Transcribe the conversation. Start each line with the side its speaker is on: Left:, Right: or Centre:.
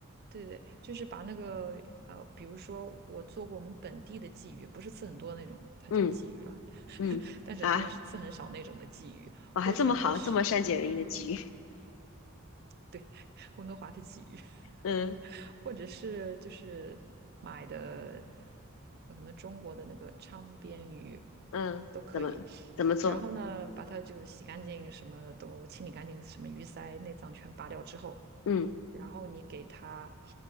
Right: 对对，就是把那个呃，比如说我做过我们本地的鲫鱼，不是刺很多的那种，它叫鲫鱼了，
Left: 嗯嗯啊，
Right: <laughs> 但是它是刺很少那种的鲫鱼，
Left: 我还这么好，
Right: 或者呢是
Left: 这么善解人意的鲫鱼，
Right: 对，温哥华的鲫鱼，<laughs>
Left: <laughs> 嗯
Right: 或者是就是买的，呃可能中国的那个昌边鱼
Left: 嗯，
Right: 都可以。
Left: 怎么怎么做？
Right: 然后呢，把它就洗干净，什么都清理干净，什么鱼鳃、内脏全拔掉之后，
Left: 嗯，
Right: 然后你给它，